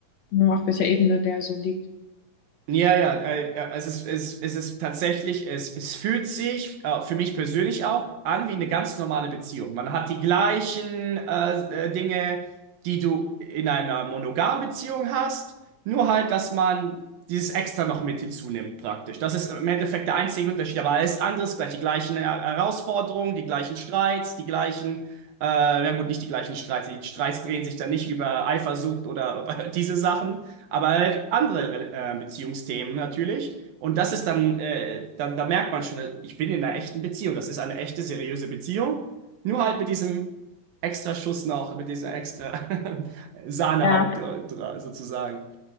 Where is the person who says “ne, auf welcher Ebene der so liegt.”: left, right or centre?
Left